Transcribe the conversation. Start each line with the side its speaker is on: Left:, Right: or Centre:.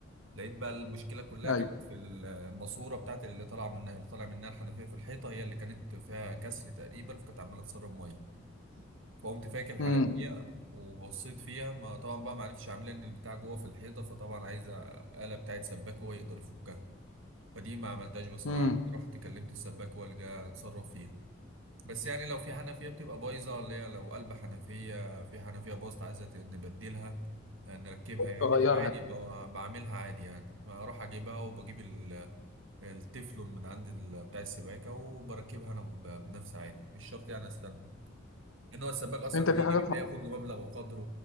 Right: لقيت بقى المشكله كلها
Left: أيوه
Right: كانت في ال- الماسوره بتاعت اللي طالعه منها اللي طالع منها الحنفيه في الحيطه هي اللي كانت فيها كسر تقريبا فكانت عماله تسرب ميه فقمت فاكر الحنفيه
Left: امم
Right: وبصيت فيها ما طبعا بقى ما عرفتش اعملها ان البتاع جوه في الحيطه فطبعا عايز آلة بتاعت سباك هو يقدر يفكها فدي ما عملتهاش بصراحه
Left: امم
Right: يعني رحت كلمت السباك هو اللي جه اتصرف فيها بس يعني لو في حنفيه بتبقى بايظه اللي هي لو قلب حنفيه في حنفيه باظت عايزه نبدلها آه، نركبها يعني
Left: تغيرها
Right: عادي ب- بعملها عادي يعني اروح اجيبها وبجيب ال- التefلون من عند ال- بتاع السباكه وبركبها انا ب- بنفسي عادي مش شرط يعني استنى ان هو السباك اصلا
Left: أنت
Right: بيجي
Left: في حاجات
Right: بتلاقيه
Left: مع...
Right: ياخد له مبلغ وقدره